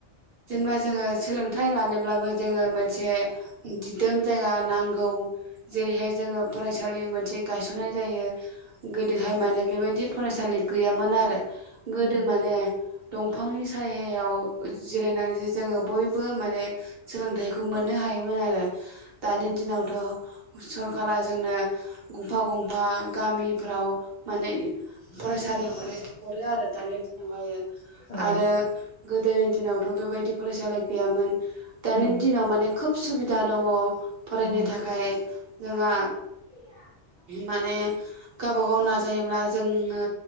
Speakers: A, on the right; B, on the left.
A: जेनेबा जोङो सोलोंथाइ लानोब्लाबो जोङो मोनसे दिदोम जायगा नांगौ। औ जेरैहाय जोङो फरायसालि एखालि मोनसे गायसननाय जायो। गोदोहाय
B: औ
A: माने बेबायदि फरायसालि गैयामोन आरो गोदो
B: उम
A: माने दंफांनि सायाव जिरायनानैसो जोङो बयबो माने सोलोंथाइखौ मोननो हायोमोन आरो दानि
B: औ
A: दिनावथ' सरखारा जोंनो गंफा गंफा गामिफ्राव माने फरायसालि हरो आरो दानि दिनावहायो
B: औ
A: आरो गोदोनि दिनावथ' बेबायदि फरायसालि गैयामोन। दानि
B: उम
A: दिनाव माने खोब सुबिदा दङ'। फरायनो
B: उम
A: थाखाय जोंहा
B: <unintelligible>
A: माने गावबा गाव नाजायोब्ला जोङो